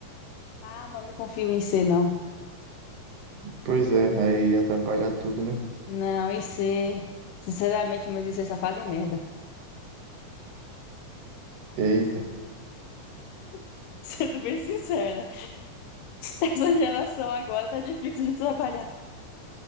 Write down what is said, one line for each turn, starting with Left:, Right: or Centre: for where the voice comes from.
Left: Ah, mas não confio em C, não.
Right: Pois é, aí ia atrapalhar tudo, né?
Left: Não, I C. Sinceramente, meus IC só fazem merda.
Right: Eita,
Left: <laughs> Sendo bem sincera, essa geração agora tá difícil de trabalhar.